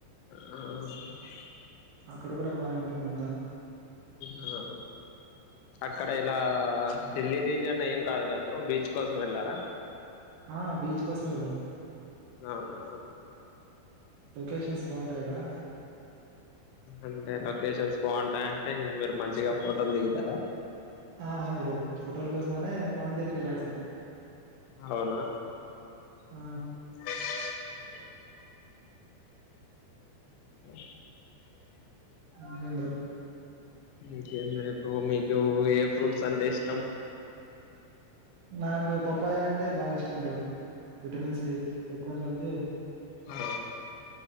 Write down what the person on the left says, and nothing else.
ఆ ఆ <unintelligible>
ఆ అక్కడ ఇలా సిల్లీ రీజియన్ ఏం కాదు కదా బ్రో బీచ్ కోసం వెళ్లారా
అవునా
అంటే లోకేషన్స్ బాగుంటాయి మీరు మంచిగా ఫోటోలు దిగుతారా
అవునా
<inaudible> ఆ
నీకేంది బ్రో మీకు ఫ్రూట్స్ అంటే ఇష్టం
ఆ